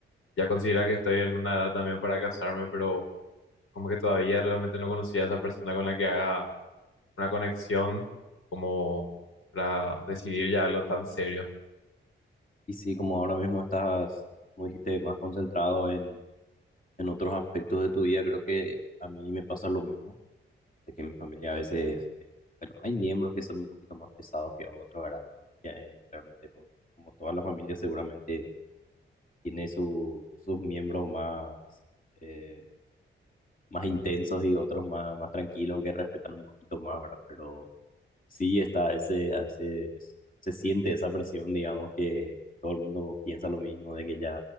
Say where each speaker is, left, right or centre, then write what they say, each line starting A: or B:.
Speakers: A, on the left; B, on the left.
A: ya consideran que estoy en una edad también para casarme, pero como que todavía realmente no conocía a esa persona con la que haga una conexión como para decidir ya algo tan serio. <laughs>
B: Y sí, como ahora mismo estás, como dijiste, más concentrado en, en otros aspectos de tu vida, creo que a mí me pasa lo mismo, de que en mi familia a veces, eh, bueno, hay miembros que son un poquito más pesados que otros, ¿verdad? Mi familia, eh, realmente, como, como toda la familia, seguramente tiene su- sus miembros más, eh, más intensos y otros más, más tranquilos que respetan un poquito más, ¿verdad? Pero sí está ese, a veces se siente esa presión, digamos, que todo el mundo piensa lo mismo, de que ya,